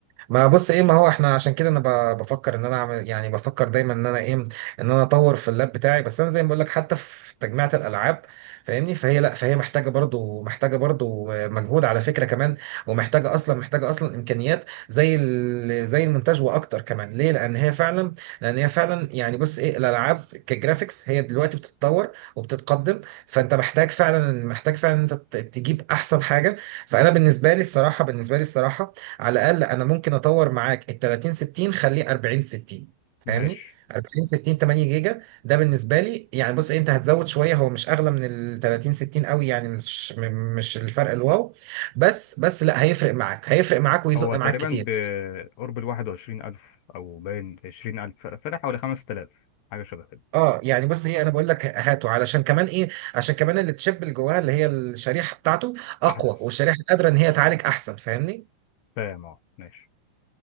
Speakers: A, on the right (about 90°); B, on the left (about 65°).
A: ما بص ايه ما هو احنا عشان كده انا ب- بفكر ان انا اعمل يعني بفكر دايما ان انا ايه ان انا اطور في اللاب بتاعي بس انا زي ما بقول لك حتى في تجميعة الالعاب فاهمني فهي لا فهي محتاجه برضو محتاجه برضو مجهود على فكره كمان ومحتاجه اصلا محتاجه اصلا امكانيات زي ال- زي المونتاج واكتر كمان ليه لان هي فعلا لان هي فعلا يعني بص ايه الالعاب كجرافيكس هي دلوقتي بتتطور وبتتقدم فانت محتاج فعلا محتاج فعلا انت ت- تجيب احسن حاجه فانا بالنسبه لي الصراحه بالنسبه لي الصراحه على الاقل انا ممكن اطور معاك ال 30 60 خليه 40 60 فاهمني
B: ماشي
A: 40 60 8 جيجا ده بالنسبه لي يعني بص انت هتزود شويه هو مش اغلى من ال 30 60 قوي يعني مش م- مش الفرق الواو بس بس لا هيفرق معاك هيفرق معاك ويزق
B: هو تقريبا
A: معاك كتير
B: بقرب ال 21000 أو باين 20000 فرق فرق حوالي 5000 حاجة شبه كده
A: اه يعني بص ايه انا بقول لك هاته علشان كمان ايه عشان كمان التشيب اللي جواها اللي هي الشريحه بتاعته اقوى
B: أحدث
A: والشريحه قادره ان هي تعالج احسن فاهمني
B: فاهم أه ماشي